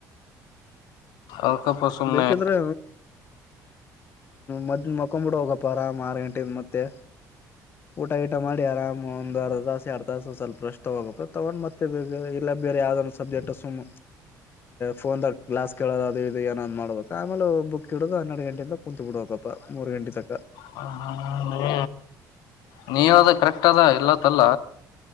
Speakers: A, on the left (about 80°); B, on the left (about 30°).
A: ಅದಕಪ್ಪ ಸುಮ್ನೆ
B: ಬೇಕಿದ್ರೆ ಮತ್ ಮಲ್ಕೊಂಡ್ ಬಿಡುಹೋಗಿ ಆರಾಮಾಗಿ ಮತ್ತೆ ಊಟ ಗೀಟ ಮಾಡಿ ಆರಾಮ್ ಒಂದ್ ಅರ್ಧ ದಾಸ ಎರ ತಾಸ ಸ್ವಲ್ಪ ರಷ್ಟ್ ತೊಗೋಬೇಕು ತಗೊಂಡ್ ಮತ್ತೆ ಬಲ್ಲ ಬೇರೆ ಯಾವ್ದದ ಸಬ್ಜೆಕ್ಟ್ ಸುಮ್ ಫೋನ್ ಕ್ಲಾಸ್ ಕೇಳೋದ ಅದು ಇ ಏನಾದ್ ಮಾಡಬೇಕ ಆಮೇಲೆ ಬುಕ್ ಇಡುದು ಹನ್ನೆರ ಗಂಟಿಂದ ಕುೂತ್ ಬಿಡ್ಬೇಕಪ್ಪ ಮೂರ್ ಗಂಟೆ ತಕ್
A: ಹ ನೀ ನೀ ಹೇಳೋದು ಕರೆಕ್ಟ್ ಅದ ಇಲ್ಲತ್ತಲ್ಲ